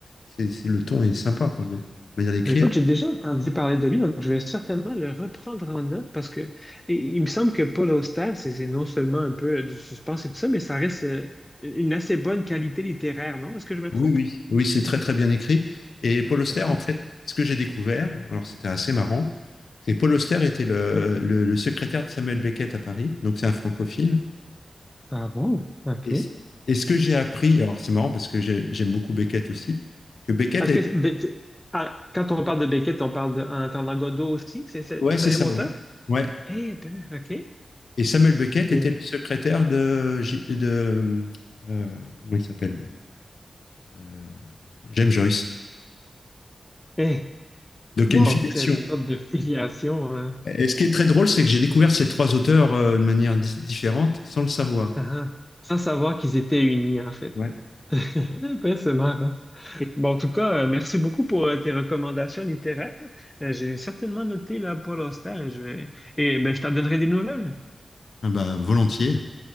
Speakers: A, on the left (about 80°); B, on the left (about 15°).
A: c'est, c'est- le ton est sympa, quoi, de manière d'écrire.
B: Ben, écoute, j'ai déjà entendu parler de lui, donc je vais certainement le reprendre en note parce que et il me semble que Paul Auster, c'est c'est non seulement un peu euh, du suspense et tout ça, mais ça reste euh, une assez bonne qualité littéraire, non? Est-ce que je me
A: Oui,
B: trompe?
A: oui. Oui, c'est très très bien écrit. Et Paul Auster,
B: C'est ça.
A: en fait, ce que j'ai découvert, alors c'était assez marrant, c'est que Paul Auster était le, le le secrétaire de Samuel Beckett à Paris, donc c'est un francophile.
B: Ah bon? OK.
A: Et,
B: Est-ce
A: ce et ce que j'ai appris, alors c'est marrant parce que j'ai- j'aime beaucoup Beckett aussi, que Beckett
B: que
A: a été...
B: c'est- ben, tu- ah, quand on parle de Beckett, on parle de En attendant Godot aussi? C'est c'est-
A: Ouais,
B: c'est
A: c'est ça,
B: un auteur?
A: oui. Ouais.
B: Eh ben, OK.
A: Et Samuel Beckett
B: Eh,
A: était le secrétaire de... J- de euh, comment il s'appelle? Euh, James Joyce.
B: eh.
A: Donc
B: Wow,
A: il y a une filiation.
B: c'est une sorte de filiation, hein.
A: Et ce qui est très drôle, c'est que j'ai découvert ces trois auteurs euh, de manière di- différente sans le savoir.
B: Ah, ah. sans savoir qu'ils étaient unis, en fait.
A: Ouais.
B: <laughs> Ben, c'est marrant. Bon, en tout cas, euh, merci beaucoup pour euh, tes recommandations littéraires. Euh, j'ai certainement noté la Paul Auster et je vais et ben, je t'en donnerai des nouvelles.
A: Ah bah, volontiers.